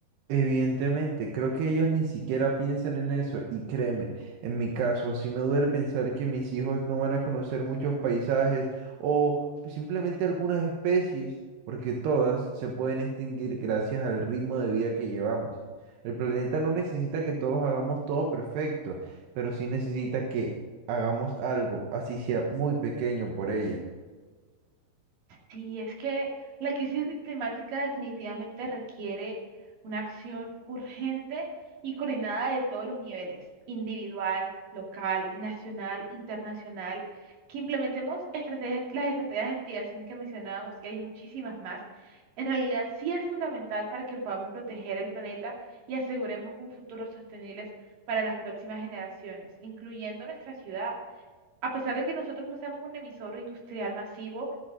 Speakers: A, on the right; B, on the right.
A: Evidentemente, creo que ellos ni siquiera piensan en eso y créeme, en mi caso, sí me duele pensar que mis hijos no van a conocer muchos paisajes o simplemente algunas especies, porque todas se pueden extinguir gracias al ritmo de vida que llevamos. El planeta no necesita que todos hagamos todo perfecto, pero sí necesita que hagamos algo, así sea muy pequeño por ella.
B: Sí, es que la crisis climática definitivamente requiere una acción urgente y coordinada de todos los niveles, individual, local, nacional, internacional, que implementemos estrategias, las estrategias de mitigación que mencionábamos y hay muchísimas más. En realidad, sí es fundamental para que podamos proteger el planeta y aseguremos un futuro sostenible para las próximas generaciones, incluyendo nuestra ciudad a pesar de que nosotros no seamos un emisor industrial masivo,